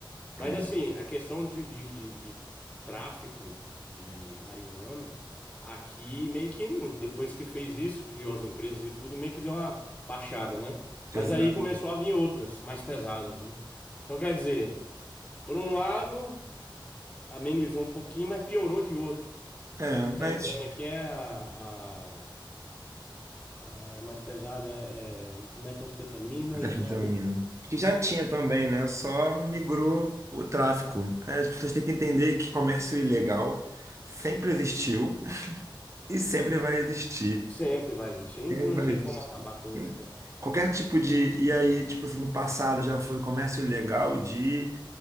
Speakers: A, on the left; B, on the right.
A: Mas
B: É bom.
A: assim, a questão de, de, de, de tráfico de marihuana, aqui meio que hum, depois que fez isso, criou as empresas e tudo, meio que deu uma baixada, né? Mas
B: Exato.
A: aí começou a vir outras, mais pesadas, né? Então quer dizer, por um lado, amenizou um pouquinho, mas piorou de outro.
B: É,
A: Porque o que está
B: mas
A: entrando aqui é a, a- a- é mais pesada, é, é metanfetamina
B: da
A: e
B: fentanilo.
A: tem a outra.
B: Que já tinha também, né? Só migrou o tráfico. É, As pessoas têm que entender que comércio ilegal sempre existiu <laughs> e sempre vai existir.
A: Sempre vai existir, não,
B: Sempre
A: não
B: vai
A: tem
B: existir.
A: como acabar com isso, cara.
B: Qualquer tipo de. E aí, tipo assim, no passado já foi comércio ilegal de